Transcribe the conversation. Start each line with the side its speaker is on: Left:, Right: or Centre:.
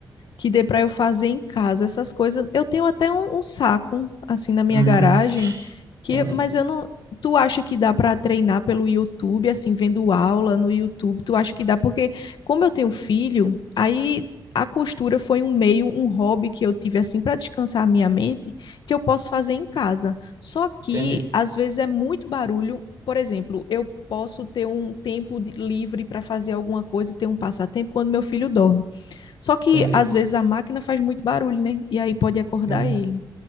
Left: que dê para eu fazer em casa. Essas coisas, eu tenho até um, um saco assim na minha
Right: Uhum,
Left: garagem que,
Right: entendi,
Left: mas eu não, tu acha que dá para treinar pelo YouTube, assim, vendo aula no YouTube? Tu acha que dá? Porque como eu tenho filho, aí a costura foi um meio, um hobby que eu tive assim para descansar a minha mente, que eu posso fazer em casa. Só
Right: entendi,
Left: que às vezes é muito barulho. Por exemplo, eu posso ter um tempo de- livre para fazer alguma coisa, ter um passatempo quando meu filho dorme. Só que
Right: entendi,
Left: às vezes a máquina faz muito barulho, né? E aí pode acordar
Right: entendi.
Left: ele.